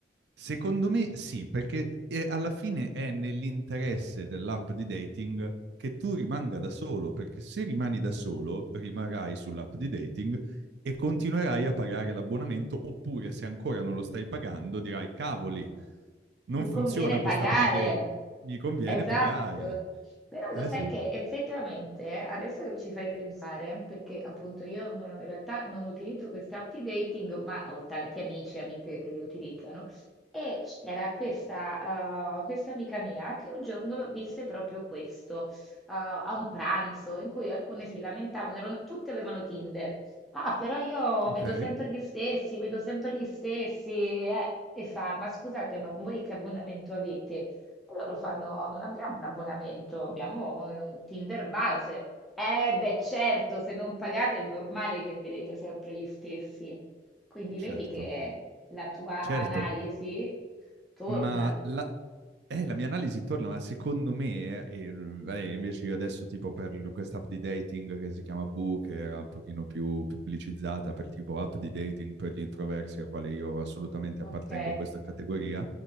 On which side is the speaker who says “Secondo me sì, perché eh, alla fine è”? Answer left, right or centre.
Right